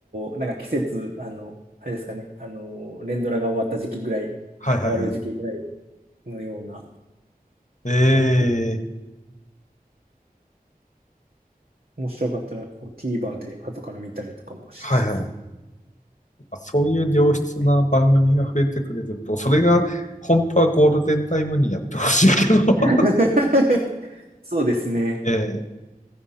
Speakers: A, on the right; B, on the left.
A: ーなんか季節、あの、あれですかね、あのー連ドラが終わった時期ぐらい、
B: いはいはい。
A: 終わる時期ぐらいのような、
B: ええ。
A: なって面白かったらこう TVer で後から見たりとかもしつつ。
B: はいはい。あそういう良質な番組が増えてくれると、
A: はい
B: それが本当はゴールデンタイムにやってほしいけど <laughs>
A: <laughs> そうですね。
B: ええ。